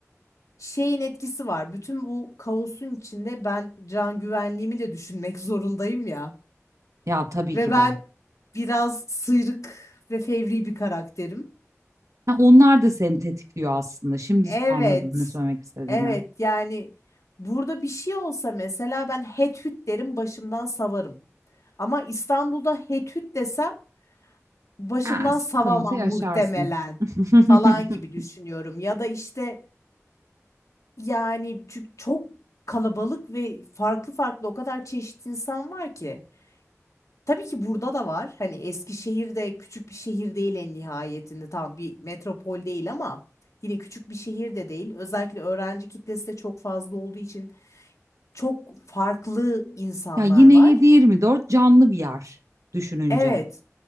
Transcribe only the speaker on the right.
Ya tabii
ki
de.
Ha, onlar da seni tetikliyor aslında. Şimdi
anladım ne söylemek istediğini.
Ha, sıkıntı
yaşarsın.
<laughs>
Ya yine
7-24 canlı bir yer düşününce.